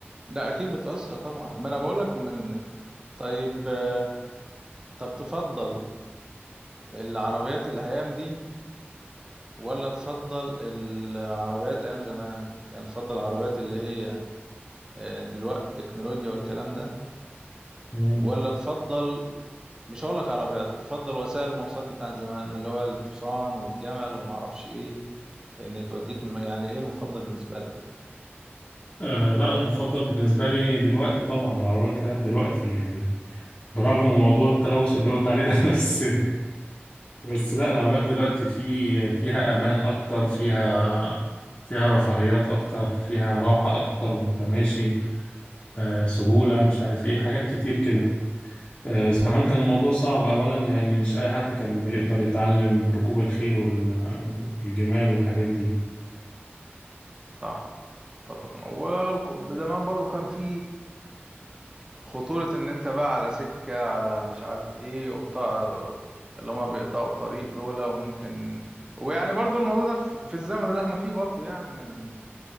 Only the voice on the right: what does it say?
لا اكيد بتأثر طبعا ما انا بقولك من طيب آه، طب تفضل العربيات الايام دي ولا تفضل العربيات ايام زمان يعني تفضل العربيات اللي هي آه، دلوقتي تكنولوجيا والكلام ده
ولا تفضل مش هقولك عربيات تفضل وسائل المواصلات بتاعت زمان اللي هو الحصان والجمل وما اعرفش ايه ان توديك الم... يعني ايه المفضل بالنسبة لك
صح اتفق معاك. والخ- زمان برضو كان في خطورة ان انت بقى على سكة على مش عارف ايه وقطاع اللي هما بيقطعوا الطريق دول وممكن ويعني برضو الموضوع ده في في الزمن اللي احنا فيه برضو يعني من